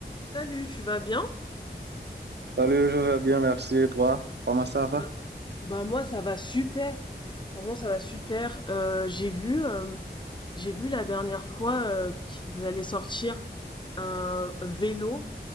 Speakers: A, on the left; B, on the right.
A: Salut, tu vas bien?
B: Salut, je vais bien, merci. Et toi, comment ça va?
A: Bah bah, moi ça va super. Franchement ça va super. Euh, j'ai vu euh, j'ai vu la dernière fois euh, qu'ils allaient sortir un vélo